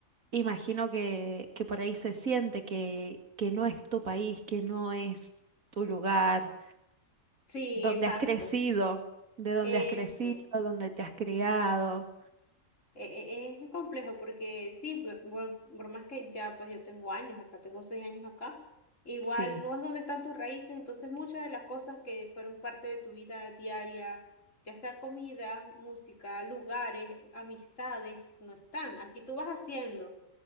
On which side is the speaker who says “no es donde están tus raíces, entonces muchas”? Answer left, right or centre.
Left